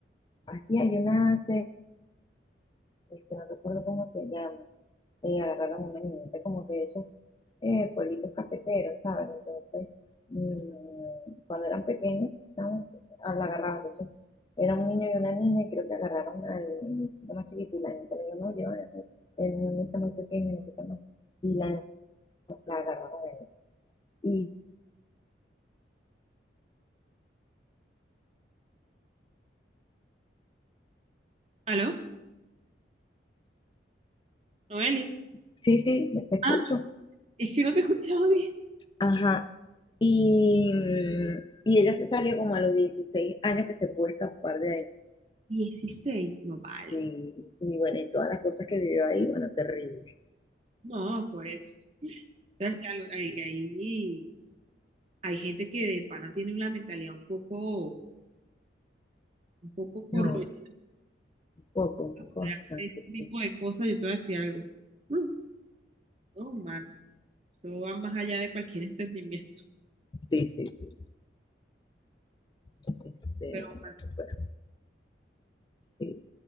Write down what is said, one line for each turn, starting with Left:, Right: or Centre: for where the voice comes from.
Left: Así hay una serie, que no recuerdo cómo se llama, eh, agarraron una niñita como que de esos eh, pueblitos cafeteros, ¿sabes? Entonces, mm, cuando eran pequeños, ¿sabes? ah, la agarraban, entonces, era un niño y una niña, y creo que agarraron al niñito más chiquito, y la niña le dijo, no, yo, el, el niño está muy pequeño, no sé qué más, y la niña la agarraron a ella. Y,
Right: ¿Aló? Noeli.
Left: sí, sí, te escucho,
Right: Ah, es que no te escuchaba bien.
Left: ajá, y, y ella se salió como a los 16 años que se pudo escapar de ahí.
Right: dieciséis no vale.
Left: Sí, y bueno, y todas las cosas que vivió ahí, bueno, terrible.
Right: No, por eso. Entonces, que algo- hay, hay, hay gente que de pana tiene una mentalidad un poco, un poco corroída
Left: No, Poco, un poco
Right: de
Left: bastante,
Right: hacer este
Left: sí.
Right: tipo de cosas. Yo te voy a decir algo. No, no, man. Esto va más allá de cualquier entendimiento.
Left: Sí, sí, sí. Este,
Right: Pero,
Left: bueno,
Right: man,
Left: pues, sí,